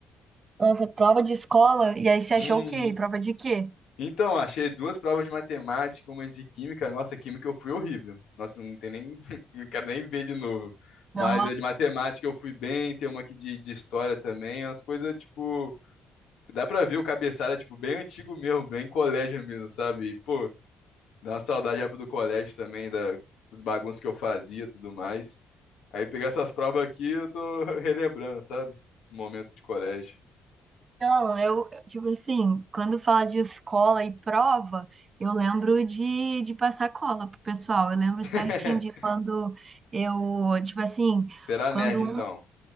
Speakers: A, on the right; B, on the left.
A: Nossa, prova de escola? E aí você
B: Uhum.
A: achou o quê? Prova de quê?
B: Então, achei duas provas de matemática, uma de química. Nossa, química eu fui horrível. Nossa, não tem nem. <laughs> Não quero nem ver de novo. Mas
A: Não,
B: as de matemática eu fui bem, tem uma aqui de, de história também. Umas coisas, tipo. Dá pra ver o cabeçalho é, tipo, bem antigo mesmo, bem colégio mesmo, sabe? E, pô, dá uma saudade época do colégio também, da, dos bagunços que eu fazia e tudo mais. Aí pegar essas provas aqui, eu tô <laughs> relembrando, sabe? Esse momento de colégio.
A: Não, eu, eu, tipo assim, quando fala de escola e prova, eu lembro de, de passar cola pro pessoal. Eu lembro
B: <laughs>
A: certinho de quando eu, tipo assim,
B: Será
A: quando
B: nerd, então?